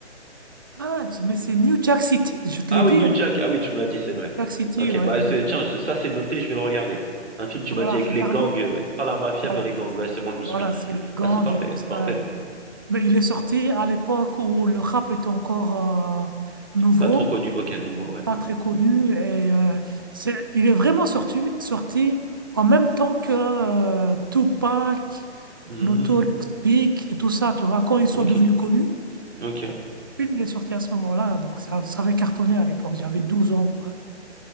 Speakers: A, on the right (about 20°); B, on the right (about 70°).
A: ah, mais c'est New Jack City, je te
B: Ah
A: l'ai
B: oui,
A: dit,
B: New
A: hein, New
B: Jack. Ah oui, tu me l'as dit, c'est vrai.
A: Jack City,
B: Ok,
A: ouais.
B: bah c'est- tiens, je- ça c'est noté, je vais le regarder. Un film, tu
A: Voilà,
B: m'as dit, avec
A: regarde-le.
B: les gangs, euh, ouais. Pas la mafia,
A: Voilà,
B: mais les gangs. Ouais, c'est bon, je me souviens.
A: voilà, c'est le gang
B: Ah, c'est parfait,
A: et tout
B: parfait.
A: ça. Mais il est sorti à l'époque où le rap était encore euh, nouveau,
B: Pas trop connu. Ok, nouveau, ouais.
A: pas très connu. Et euh, c'est, il est vraiment sorti, sorti en même temps que euh, Tupac,
B: Mhm.
A: Notorious Big et tout ça. Tu vois, quand ils sont
B: Ok,
A: devenus connus,
B: ok.
A: il est sorti à ce moment-là. Donc ça, ça avait cartonné à l'époque. J'avais 12 ans, quoi.